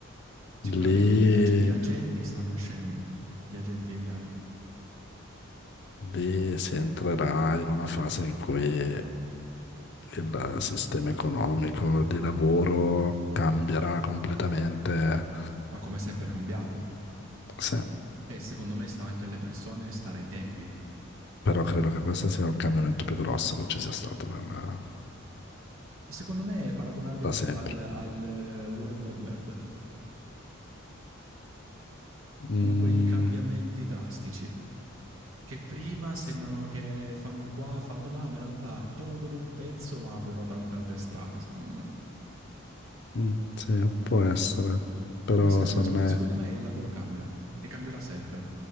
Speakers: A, on the right (about 85°); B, on the left (about 55°).
A: Sicuramente
B: lì,
A: gli, ag- gli agenti stanno nascendo, gli agenti AI,
B: lì si entrerà in una fase in cui il sistema economico di lavoro cambierà completamente.
A: ma come sempre è cambiato.
B: Sì,
A: E secondo me sta anche alle persone stare ai tempi.
B: però credo che questo sia il cambiamento più grosso che ci sia stato nella-
A: secondo me è paragonabile
B: da sempre.
A: al, al- al eh, World Wide Web.
B: Mm,
A: Sono quei cambiamenti drastici che prima sembrano
B: s-
A: che fanno qua, fanno là, ma in realtà tolgono un pezzo ma aprono tante altre strade, secondo me.
B: mm, sì, può essere, però
A: Come sempre,
B: secondo
A: secondo,
B: me
A: secondo me il lavoro cambia e cambierà sempre.